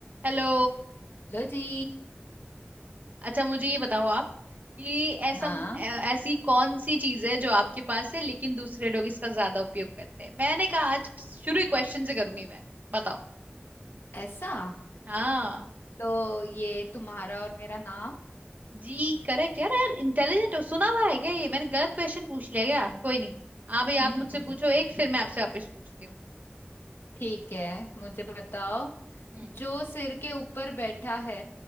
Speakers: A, on the right; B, on the left.
A: Hello
B: लो जी
A: अच्छा मुझे ये बताओ आप कि ऐसा
B: हाँ
A: ऐ- ऐसी कौन सी चीज है जो आपके पास है लेकिन दूसरे लोग इसका ज्यादा उपयोग करते हैं मैंने कहा आज शुरू ही क्वेश्चन से करूंगी मैं बताओ
B: ऐसा
A: हाँ
B: तो ये तुम्हारा और मेरा नाम
A: जी करेक्ट यार यार इंटेलिजेंट हो सुना हुआ है क्या ये मैंने गलत क्वेश्चन पूछ लिया क्या कोई नहीं हाँ भाई
B: <laughs>
A: आप मुझसे पूछो एक फिर मैं आपसे वापस पूछती हूँ
B: ठीक है मुझे बताओ
A: हम्म
B: जो सिर के ऊपर बैठा है